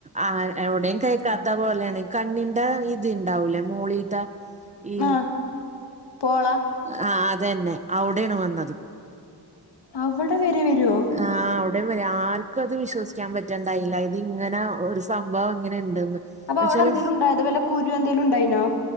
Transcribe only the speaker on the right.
ആ എവിടെയും കേക്കാത്ത പോലേണ് കണ്ണിന്റെ ഇത് ഇണ്ടാവൂല്ലേ മോളിൽ ത്തെ ഈ
ആ അതെന്നെ അവുടെണ് വന്നത്
ആഹ് അവിടെ വ ആർക്കും അത് വിശ്വസിക്കാൻ പറ്റൺണ്ടായില്ല ഇത് ഇങ്ങനെ ഒരു സംഭവം ഇങ്ങനെ ഇണ്ട്ന്ന് എന്നുവെച്ചാല്